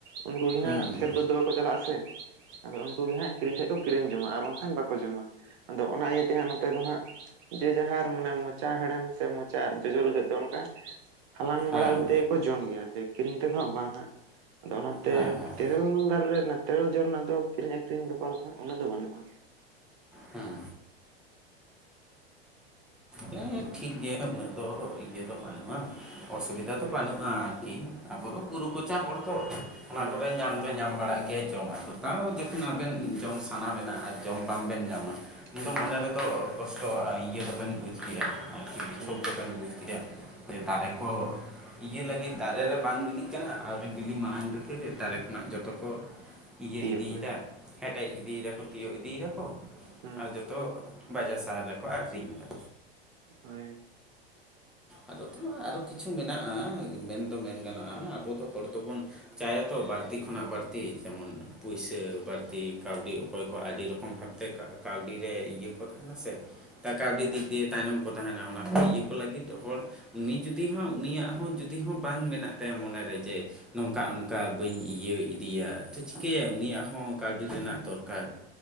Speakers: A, on the right (about 45°); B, in the centre.
A: ᱩᱱᱠᱩ ᱜᱮ
B: ᱦᱮᱸ
A: ᱦᱟᱸᱜ ᱠᱷᱮᱛ ᱵᱟᱹᱫᱽ ᱫᱚ ᱵᱟᱠᱚ ᱪᱟᱞᱟᱜᱼᱟ, ᱥᱮ ᱟᱫᱚ ᱩᱱᱠᱩ ᱜᱮ ᱦᱟᱸᱜ ᱠᱤᱨᱤᱧ ᱠᱷᱟᱡ ᱠᱚ ᱠᱤᱨᱤᱧ ᱡᱚᱢᱟ᱾ ᱟᱨ ᱵᱟᱝᱠᱷᱟᱱ ᱵᱟᱠᱚ ᱡᱚᱢᱟ, ᱟᱫᱚ ᱚᱱᱟ ᱤᱭᱟᱹᱛᱮ ᱦᱟᱸᱜ ᱱᱚᱛᱮ ᱫᱚ ᱦᱟᱸᱜ ᱡᱮ ᱡᱟᱦᱟᱸᱟᱨ ᱢᱟᱱᱮ ᱢᱚᱪᱟ ᱦᱮᱬᱮᱢ ᱥᱮ ᱢᱚᱪᱟ ᱡᱚᱡᱚ ᱞᱟᱹᱜᱤᱫ ᱫᱚ ᱚᱱᱠᱟ ᱦᱟᱞᱟᱝ
B: ᱦᱮᱸ
A: ᱵᱟᱲᱟ ᱠᱟᱛᱮᱫ ᱜᱮᱠᱚ ᱡᱚᱢ ᱜᱮᱭᱟ᱾ ᱡᱮ ᱠᱤᱨᱤᱧ ᱠᱟᱛᱮ ᱫᱚ ᱦᱟᱸᱜ ᱵᱟᱝ ᱦᱟᱸᱜ ᱟᱫᱚ ᱚᱱᱟᱛᱮ
B: ᱦᱮᱸ ᱦᱮᱸ
A: ᱛᱮᱨᱮᱞ ᱫᱟᱨᱮ ᱨᱮ ᱛᱮᱨᱮᱞ ᱡᱚ ᱨᱮᱱᱟᱜ ᱫᱚ ᱠᱤᱨᱤᱧ ᱟᱹᱷᱨᱤᱧ ᱵᱮᱯᱟᱨ ᱫᱚ ᱦᱟᱸᱜ ᱩᱱᱟᱹᱜ ᱫᱚ ᱵᱟᱹᱱᱩᱜᱼᱟ ᱾
B: ᱦᱮᱸᱻ᱾ ᱦᱮᱸ ᱴᱷᱤᱠ ᱜᱮᱭᱟ ᱩᱱᱟᱹᱜ ᱫᱚ ᱤᱭᱟᱹ ᱫᱚ ᱵᱟᱹᱱᱩᱜᱼᱟ᱾ ᱚᱥᱩᱵᱤᱫᱟ ᱫᱚ
A: ᱦᱳᱭ
B: ᱵᱟᱱᱩᱜ ᱦᱮᱸ ᱟᱨᱠᱤ ᱟᱵᱚ ᱫᱚ ᱵᱩᱨᱩ ᱠᱚᱪᱟ ᱦᱚᱲ ᱛᱚ, ᱚᱱᱟ
A: ᱦᱩᱸ
B: ᱠᱚᱨᱮ ᱧᱟᱢ ᱫᱚ ᱧᱟᱢ ᱵᱟᱲᱟᱜ ᱜᱮᱭᱟ ᱡᱚᱢᱟᱜ ᱠᱚᱫᱚ᱾ ᱛᱟᱣ ᱡᱚᱠᱷᱚᱱ ᱟᱵᱮᱱ ᱡᱚᱢ ᱥᱟᱱᱟ ᱵᱮᱱᱟ, ᱟᱨ ᱡᱚᱢ ᱵᱟᱝ ᱵᱮᱱ ᱧᱟᱢᱟ ᱩᱱᱫᱚ
A: ᱦᱩᱸ
B: ᱢᱚᱱᱮ ᱨᱮ ᱫᱚ ᱠᱚᱥᱴᱚᱼᱟ ᱟᱨ ᱤᱭᱟᱹ ᱫᱚᱵᱮᱱ ᱵᱩᱡᱽ ᱜᱮᱭᱟ ᱟᱨᱠᱤ, ᱵᱤᱪᱷᱳᱠ
A: ᱦᱩᱸ
B: ᱫᱚᱵᱮᱱ ᱵᱩᱡᱽ ᱜᱮᱭᱟ᱾ ᱦᱮ ᱫᱟᱨᱮ ᱠᱚ ᱤᱭᱟᱹ ᱞᱟᱹᱜᱤᱫ ᱫᱟᱨᱮ ᱨᱮ ᱵᱟᱝ ᱵᱤᱞᱤᱜ ᱠᱟᱱᱟ᱾ ᱟᱹᱣᱨᱤ ᱵᱤᱞᱤ ᱢᱟᱲᱟᱝ ᱨᱮᱜᱮ ᱫᱟᱨᱮ ᱠᱷᱚᱱᱟᱜ ᱡᱚᱛᱚ ᱠᱚ ᱤᱭᱟᱹ
A: ᱛᱤᱭᱳᱜ
B: ᱤᱫᱤᱭᱫᱟ,
A: ᱠᱮᱫᱟ
B: ᱦᱮᱴᱮᱡ ᱤᱫᱤᱭ ᱫᱟᱠᱚ, ᱛᱤᱭᱟᱹᱜ ᱤᱫᱤᱭ ᱫᱟᱠᱚ,
A: ᱦᱩᱸ
B: ᱟᱨ ᱡᱚᱛᱚ ᱵᱟᱡᱟᱨ ᱥᱟᱦᱟᱨ ᱨᱮᱠᱚ ᱟᱠᱷᱨᱤᱧ ᱫᱟ᱾
A: ᱦᱳᱭᱻᱻ
B: ᱟᱫᱚ ᱛᱚ ᱟᱨᱚ ᱠᱤᱪᱷᱩ ᱢᱮᱱᱟᱜᱼᱟ, ᱢᱮᱱᱫᱚ ᱢᱮᱱ ᱜᱟᱱᱚᱜᱼᱟ ᱟᱵᱚ ᱫᱚ ᱦᱚᱲ ᱫᱚᱵᱚᱱ ᱪᱟᱭᱟᱛᱚ ᱵᱟᱹᱲᱛᱤ ᱠᱷᱚᱱᱟᱜ ᱵᱟᱹᱲᱛᱤ ᱡᱮᱢᱚᱱ ᱯᱩᱭᱥᱟᱹ ᱵᱟᱹᱲᱛᱤ ᱠᱟᱹᱣᱰᱤ ᱚᱠᱚᱭ ᱠᱚ ᱟᱹᱰᱤ ᱨᱚᱠᱚᱢ ᱵᱷᱟᱵᱛᱮ ᱠᱟᱹᱣᱰ ᱨᱮ ᱤᱭᱟᱹ ᱠᱚ ᱛᱟᱦᱮᱱᱟ ᱥᱮ ᱛᱟ ᱠᱟᱹᱣᱰᱤ
A: ᱦᱩᱸ
B: ᱫᱤᱠ ᱫᱤᱭᱮ ᱛᱟᱭᱱᱚᱢ ᱠᱚ ᱛᱟᱦᱮᱸᱱᱟ ᱚᱱᱟ ᱠᱚ ᱤᱭᱟᱹ ᱠᱚ ᱞᱟᱹᱜᱤᱫ ᱫᱚ, ᱦᱚᱲ ᱩᱱᱤ ᱡᱩᱫᱤ ᱦᱚᱸ ᱩᱱᱤᱭᱟᱜ ᱦᱚᱸ ᱡᱩᱫᱤ ᱦᱚᱸ ᱵᱟᱝ ᱢᱮᱱᱟᱜ ᱛᱟᱭᱟ ᱢᱚᱱᱮᱨᱮ ᱡᱮ ᱱᱚᱝᱠᱟ ᱚᱱᱠᱟ ᱵᱟᱹᱧ ᱤᱭᱟᱹ ᱤᱫᱤᱭᱟ ᱛᱚ ᱪᱤᱠᱟᱹᱭᱟ ᱩᱱᱤᱭᱟᱜ ᱦᱚᱸ ᱠᱟᱹᱣᱰᱤ ᱨᱮᱱᱟᱜ ᱫᱚᱨᱠᱟᱨ᱾